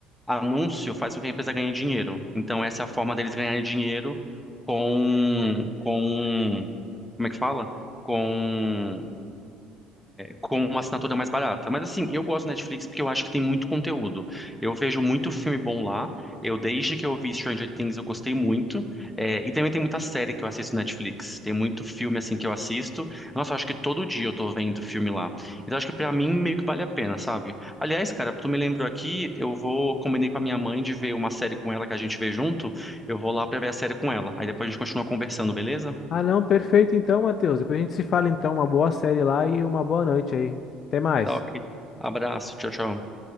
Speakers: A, in the centre; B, on the left (about 45°).
A: anúncio faz com que a empresa ganhe dinheiro. Então essa é a forma deles ganharem dinheiro com, com, como é que fala? com, com uma assinatura mais barata. Mas assim, eu gosto do Netflix porque eu acho que tem muito conteúdo. Eu vejo muito filme bom lá. Eu, desde que eu vi Stranger Things, eu gostei muito. É, e também tem muita série que eu assisto no Netflix. Tem muito filme assim que eu assisto. Nossa, eu acho que todo dia eu tô vendo filme lá. Então acho que pra mim meio que vale a pena, sabe? Aliás, cara, tu me lembrou aqui, eu vou, combinei com a minha mãe de ver uma série com ela que a gente vê junto. Eu vou lá pra ver a série com ela. Aí depois a gente continua conversando, beleza?
B: Ah, não, perfeito então, Matheus. Depois a gente se fala então. Uma boa série lá e uma boa noite aí. Até mais.
A: Tá ok. Abraço, tchau, tchau.